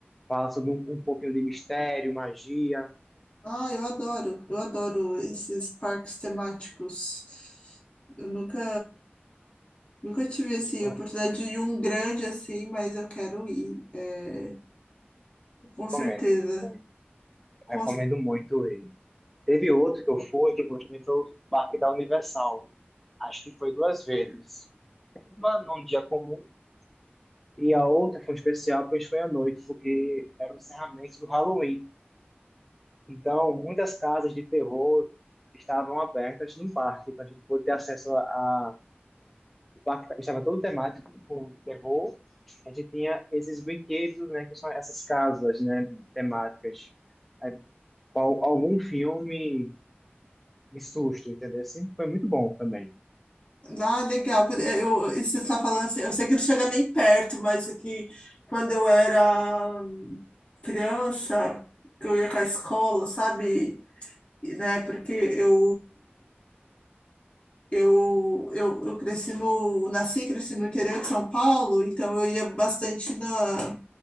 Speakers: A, in the centre; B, on the left.
A: fala sobre um, um pouquinho de mistério, magia.
B: Ah, eu adoro, eu adoro esses parques temáticos. Eu nunca, nunca tive assim
A: Eu
B: a oportunidade de ir em um grande assim, mas eu quero ir, é, com
A: Recomendo.
B: certeza.
A: muito.
B: Com
A: Recomendo
B: cer-
A: muito ele. Teve outro que eu fui, que eu gostei, foi o Parque da Universal. Acho que foi duas vezes. Uma num dia comum e a outra foi especial, pois foi à noite, porque era o encerramento do Halloween. Então, muitas casas de terror estavam abertas no parque, para a gente poder ter acesso a... a- O parque estava todo temático com terror. A gente tinha esses brinquedos, né, que são essas casas, né, temáticas. Aí, al- algum filme de susto, entendeu? Assim, foi muito bom também.
B: ah, legal. Por- é, Eu, isso que você está falando assim, eu sei que não chega nem perto, mas aqui quando eu era criança, que eu ia com a escola, sabe? e, né? Porque eu eu, eu, eu cresci no, nasci e cresci no interior de São Paulo, então eu ia bastante na,